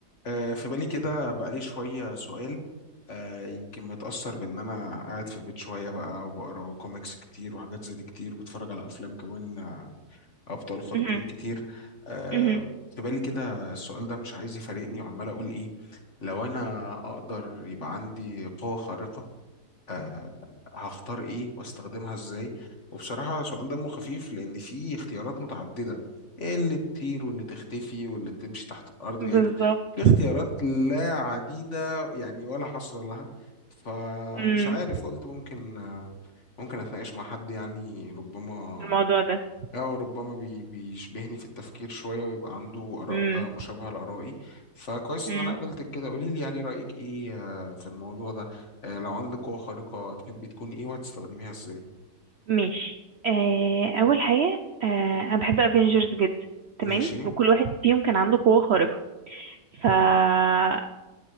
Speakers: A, on the left; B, on the right.
A: آه، في بالي كده بقالي شوية سؤال آه، يمكن متأثر بإن أنا قاعد في البيت شوية بقى وبقرا كوميكس كتير وحاجات زي دي كتير وبتفرج على أفلام كمان آه، أبطال خارقين
B: مهم.
A: كتير آه،
B: مهم.
A: في بالي كده السؤال ده مش عايز يفارقني وعمال أقول إيه لو أنا أقدر يبقى عندي قوة خارقة آه، هختار ايه واستخدمها ازاي وبصراحة سؤال دمه خفيف لان في اختيارات متعددة ايه اللي تطير واللي تختفي واللي تمشي تحت الارض يعني
B: بالظبط
A: في اختيارات لا عديدة يعني ولا حصر لها فمش
B: مم.
A: عارف قلت ممكن آه، ممكن اتناقش مع حد يعني ربما
B: الموضوع ده
A: أو ربما بي- بيشبهني في التفكير شوية ويبقى عنده آراء
B: مم.
A: آه، مشابهة لآرائي فكويس
B: مم.
A: إن أنا قابلتك كده قولي لي يعني رأيك إيه آه، في الموضوع ده آه، لو عندك قوة خارقة تحبي تكوني إيه وهتستخدميها إزاي
B: ماشي آه اول حاجه آه انا بحب افنجرز جدا تمام
A: ماشي
B: وكل واحد فيهم كان عنده قوه خارقه فانا